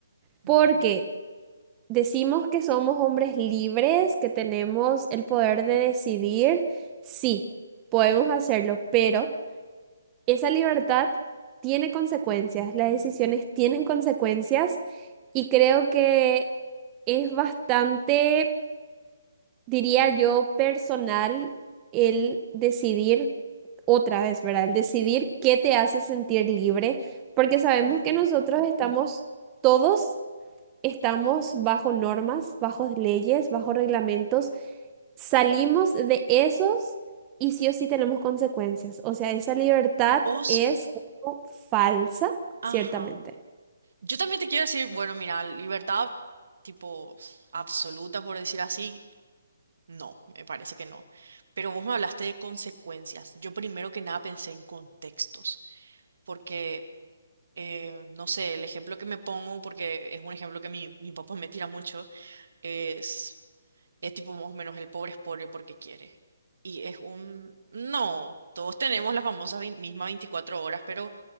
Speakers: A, on the right; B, on the right.
A: porque
B: Ujú,
A: decimos que somos hombres libres, que tenemos el poder de decidir. Sí, podemos hacerlo, pero... Esa libertad tiene consecuencias, las decisiones tienen consecuencias y creo que es bastante, diría yo, personal el decidir otra vez, ¿verdad? El decidir qué te hace sentir libre, porque sabemos
B: ujú.
A: que nosotros estamos, todos estamos bajo normas, bajo leyes, bajo reglamentos salimos de esos y sí o sí tenemos consecuencias. O sea, esa libertad
B: Vos,
A: es como falsa,
B: ajá.
A: ciertamente.
B: Yo también te quiero decir, bueno, mira, libertad tipo absoluta, por decir así, no, me parece que no. Pero vos me hablaste de consecuencias. Yo primero que nada pensé en contextos, porque, eh, no sé, el ejemplo que me pongo, porque es un ejemplo que mi, mi papá me tira mucho, es... Es tipo más o menos el pobre es pobre porque quiere. Y es un... No, todos tenemos la famosa vein- misma 24 horas, pero